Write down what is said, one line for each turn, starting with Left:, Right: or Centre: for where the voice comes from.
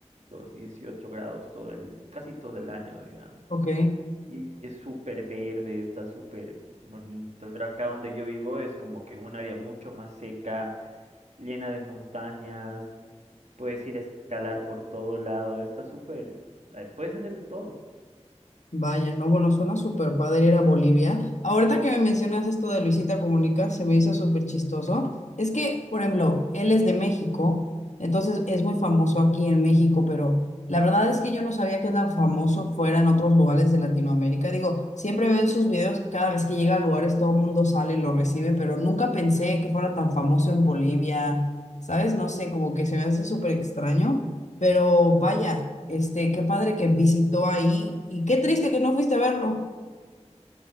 Right: los 18 grados todo el, casi todo el año, digamos.
Left: Ok,
Right: Y es súper verde, está súper bonito. Pero acá donde yo vivo es como que un área mucho más seca, llena de montañas, puedes ir a escalar por todo lado, está súper, eh, puedes hacer de todo.
Left: vaya, no, bueno, suena súper padre ir a Bolivia. Ahorita que me mencionas esto de Luisita Comunica, se me hizo súper chistoso. Es que, por ejemplo, él es de México, entonces es muy famoso aquí en México, pero la verdad es que yo no sabía que tan famoso fuera en otros lugares de Latinoamérica. Digo, siempre veo en sus videos que cada vez que llega a lugares todo el mundo sale y lo recibe, pero nunca pensé que fuera tan famoso en Bolivia, ¿sabes? No sé, como que se me hace súper extraño. Pero vaya, este, qué padre que visitó ahí y qué triste que no fuiste a verlo.